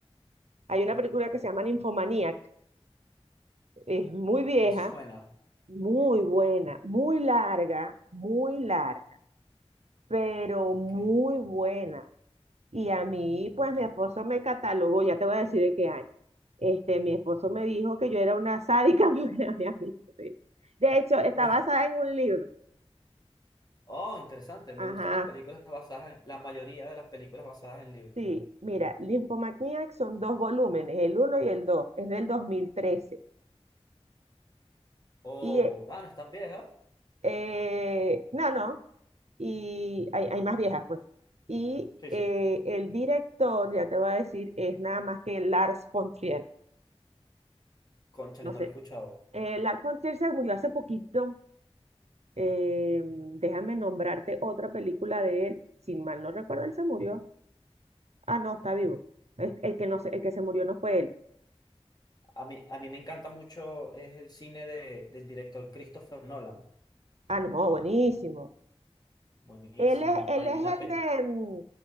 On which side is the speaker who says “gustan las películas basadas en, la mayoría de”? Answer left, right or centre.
Left